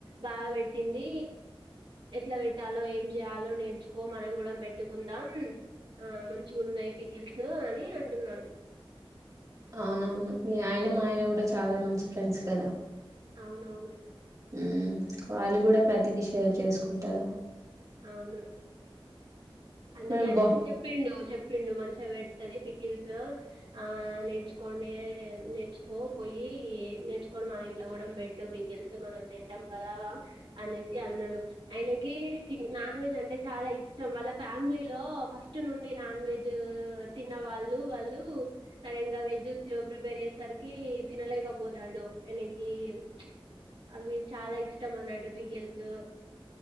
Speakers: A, on the right (about 65°); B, on the right (about 35°).
A: బాగా పెట్టింది. ఎట్లా పెట్టాలో ఏం చేయాలో నేర్చుకో మనం కూడా పెట్టుకుందాం. ఆహ్ మంచిగున్నాయి పికెల్సు అని అంటున్నాడు.
B: అవునవును మీ ఆయన మా ఆయన కూడా చాలా మంచి ఫ్రెండ్స్ కదా.
A: అవునవును.
B: ఉమ్ వాళ్ళు కూడా ప్రతిది షేర్ చేసుకుంటారు.
A: అవును. అందుకే
B: మనం
A: అనేసి
B: బా
A: చెప్పిండు చెప్. పిండు మంచిగా పెడుతది పికిల్స్ ఆహ్ నేర్చుకోండే నేర్చుకో పోయి. ఏం నేర్చుకోండి మన ఇంట్లో కూడా పెట్టు పీకిల్స్ మనం తింటాం కదా అనేసి అన్నాడు. ఆయనకి చికె నాన్ వెజ్ అంటే చాలా ఇష్టం వాళ్ళకీ. ఫ్యామిలీలో ఫస్ట్ నుండే నాన్ వెజ్ తిన్న వాళ్ళు వాళ్ళు సడన్గా వెజ్. ఇది ప్రిపేర్ చేసరికి తినలేకపోతాండు ఆయనకి ప్చ్. అవి చాలా ఇష్టం అన్నట్టు పికీల్సు